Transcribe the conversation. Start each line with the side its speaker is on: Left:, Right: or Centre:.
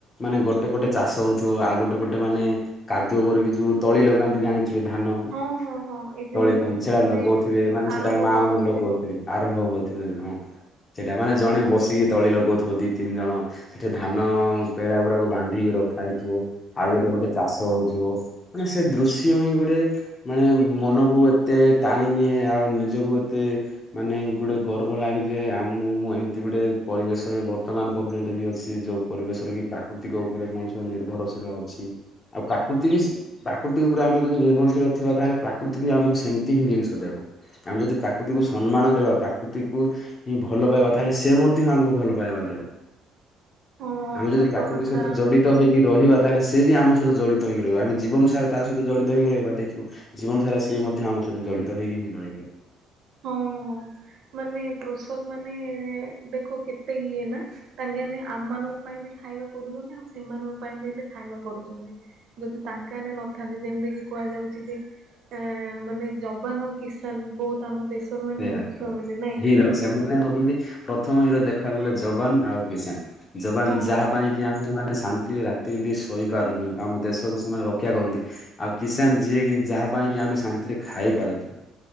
Left: ମାନେ ଗୋଟେ ପଟେ ଚାଷ ହଉଥିବ ଆଉ ଗୋଟେ ପଟେ ମାନେ କାଦୁଅ କରିକି ଯୋଉ ତଳି ଲଗାନ୍ତି ଜାଣି ଥିବେ ଧାନ
Right: ହଁ ହଁ ହଁ ଏ ଯେ
Left: ତଳି
Right: ଯୋଉ
Left: କୁହନ୍ତି ସେଟା
Right: ମାନେ
Left: ଲଗଉଥିବେ ମାନେ
Right: ଆରମ୍ଭ
Left: ସେଟା ମା
Right: କରୁଥିବେ
Left: ମାନେ ଲଗଉ ଥିବେ ଆରମ୍ଭ ହଉଥିବ ହଁ ସେଇଟା ମାନେ ଜଣେ ବସିକି ତଳି ଲଗଉଥିବ ଦି ତିନି ଜଣ ସେଠିକା ଧାନ ପେଡା ଗୁଡାକ ବାନ୍ଧିକି ରଖା ହେଇଥିବ ଆଉ ଗୋଟେ ପଟେ ଚାଷ ହଉଥିବ। ମାନେ ସେ ଦୃଶ୍ୟ ହିଁ ଗୋଟେ ମାନେ ମନକୁ ଏତେ ଟାଣିନିିଏ ଆଉ ନିଜକୁ ଏତେ ମାନେ ଗୋଟେ ଗର୍ବ ଲାଗେ ଯେ ଆମୁଁ ମୁଁ ଏମିତି ଗୋଟେ ପରିବେଶରେ ବ ବର୍ତ୍ତମାନ ପର୍ଯ୍ୟନ୍ତ ବି ଅଛି ଯୋଉ ପରିବେଶରେ କି ପ୍ରାକୃତିକ ଉପରେ ମଣିଷ ନିର୍ଭରଶୀଳ ଅଛି। ଆଉ ପ୍ରାକୃତି ବି ସେ ପ୍ରାକୃତି ଉପରେ ଆମେ ଯଦି ନିର୍ଭରଶୀଳ ଥିବା ତାହେଲେ ପ୍ରାକୃତି ବି ଆମକୁ ସେମିତି ହିଁ ଜିନିଷ ଦେବ। ଆମେ ଯଦି ପ୍ରାକୃତିକୁ ସମ୍ମାନ ଦେବା ପ୍ରାକୃତିକୁ ଉଁ ଭଲ ପାଇବା ତାହେଲେ ସେ ମଧ୍ୟ ଆମକୁ ଭଲ ପାଇବା ଦେବ।
Right: ହଁ
Left: ଆମେ ଯଦି
Right: ସତ
Left: ପ୍ରାକୃତି
Right: କଥା।
Left: ସହିତ ଜଡି ତ ହେଇକି ରହିବା ତାହେଲେ ସେ ବି ଆମ ସହିତ ଜଡ଼ିତ ହେଇକି ରହିବ ଆମେ ଜୀବନ ସାରା ତା ସହିତ ଜଡ଼ିତ ହେଇିକି ରହିବା ଦେଖିବୁ ଜୀବନ ସାରା ସିଏ ମଧ୍ୟ ଆମ ସହିତ ଜଡ଼ିତ ହେଇକି ହିଁ ରହିବ।
Right: ହଁ ମାନେ କୃଷକ ମାନେ ଦେଖ କେତେ ଇଏ ନାଁ ତାଙ୍କେ ଆମେ ଆମାନଙ୍କ ପାଇଁ ବି ଖାଇବା କରୁଛନ୍ତି ଆଉ ସେମାନଙ୍କ ପାଇଁ ବି ହେଲେ ଖାଇବା କରୁଛନ୍ତି। ଯେଦି ତାଙ୍କେ ଆମେ ନଥାନ୍ତି ଯେମିତି କିି କୁହାଯାଉଛି ଯେ ଏଁ ମାନେ ଯବାନ୍ ଆଉ କିଶାନ୍ ବହୁତ ଆମ ଦେଶର ମାନେ
Left: ସେଇଆ
Right: ମୁଖ୍ୟ
Left: ତ।
Right: ହେଲେ ନାଇଁ
Left: ହିରୋ
Right: କି?
Left: ସେମାନେ ହଉଛନ୍ତି ପ୍ରଥମ ହିରୋ ଦେଖିବାକୁ ଗଲେ ଯବାନ୍ ଆଉ କିଶାନ୍ ଯବାନ୍
Right: ହଁ
Left: ଯାହା ପାଇଁ କି ଆମେ ମାନେ ଶା ନ୍ତିରେ ରାତିରେ ବି ଶୋଇପାରୁଛୁ ଆମ ଦେଶକୁ ସେମାନେ ରକ୍ଷା କରନ୍ତି। ଆଉ କିଶାନ୍ ଯିଏ କି ଯାହା ପାଇଁ କି ଆମେ ଶାନ୍ତିରେ ଖାଇପାରୁଛୁ